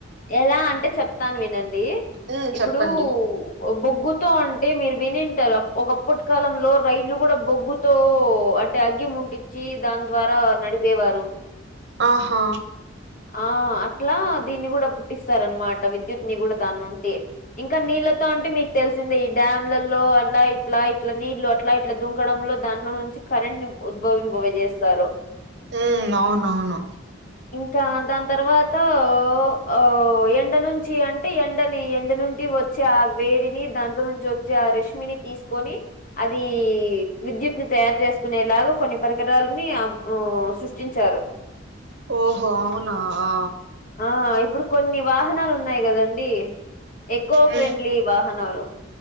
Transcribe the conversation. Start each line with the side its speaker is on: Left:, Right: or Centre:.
Left: ఎలా అంటే చెప్తాన్ వినండి
Right: ఉమ్
Left: ఇప్పుడు.
Right: చెప్పండి
Left: బొగ్గుతో అంటే మీరు వినింటారు ఒకప్పటి కాలంలో రైళ్ళు గూడా బొగ్గు. తో అంటే అగ్గి ముట్టిచ్చి దాని ద్వారా నడిపేవారు.
Right: ఆహా.
Left: ఆ అట్లా దీన్ని గూడా పుట్టిస్తార అనమాట విద్యుత్ ని గూడా దాన్నుండి. ఇంకా నీళ్లతో అంటే మీకు తెలిసిందే ఈ డ్యాంలలో అలా ఇట్లా ఇట్లా నీళ్లు అట్లా. ఇట్లా దుంకడంలో దాంట్లో నుంచి కరెంట్ ని ఉద్భవింప చేేస్తారు.
Right: ఉ అవునవును.
Left: కా దాన్ తర్వాత ఆ ఎండ నుంచి అంటే ఎండని ఎండ నుండి ఒ. చ ఆ వేడిని దాంట్లో నుంచి వచ్చే ఆ రెష్మిని తీసుకొని. అది విద్యుత్ ని తయారు చేసుకునేలాగా కొన్ని పరికరాలని అ ఊ సృష్టించారు.
Right: ఓహో అవునా ఆ.
Left: ఆ ఇప్పుడు కొన్ని వాహనాలు ఉన్నాయి గదండి. ఎకో ఫ్రెండ్లీ
Right: ఉమ్
Left: వాహనాలు.